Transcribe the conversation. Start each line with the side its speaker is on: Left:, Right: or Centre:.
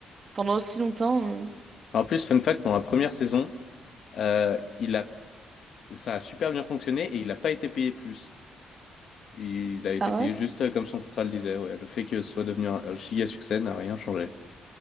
Right: pendant aussi longtemps. euh,
Left: En plus, fun fact, pendant la première saison, euh, il a, ça a super bien fonctionné et il n'a pas été payé plus. Il a été
Right: Ah
Left: payé
Right: ouais?
Left: juste euh, comme son contrat le disait. Ouais. Le fait que ce soit devenu un un giga succès n'a rien changé.